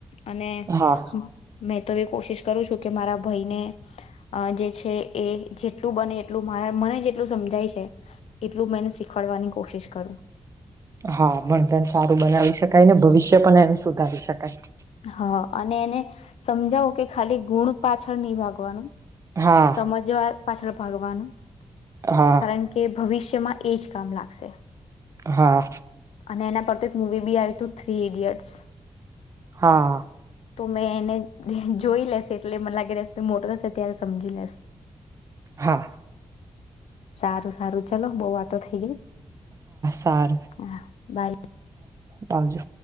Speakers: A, on the left; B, on the right.
A: અને
B: હા
A: હમ્મ. મેં તો એ કોશિશ કરું છું કે મારા ભાઈને અ જે છે એ જેટલું બને એટલું મા મને જેટલું સમજાય છે એટલું મેં એને શીખવાડવાની કોશિશ કરું.
B: હા બ <inaudible> સારું બનાવી શકાય ને ભવિષ્ય પણ એનું સુધારી શકાય.
A: હા અને એને સમજાવો કે ખાલી ગુણ પાછળ નહી ભાગવાનું
B: હા
A: સમજવા પાછલ ભાગવાનું.
B: હા
A: કારણ કે ભવિષ્યમાં એ જ કામ લાગશે.
B: હા.
A: અને એના પર તો એક મુવી બી આવ્યું તું, થ્રી ઈડિયટ્સ.
B: હા
A: તો મેં એને જોઈ લેશે એટલે મને લાગે રસ મોટો થશે ત્યારે સમજી લેશે.
B: હા.
A: સારું તારું ચલો બવ વાતો થઈ ગઈ.
B: <unintelligible>
A: હા બાય
B: આવજો.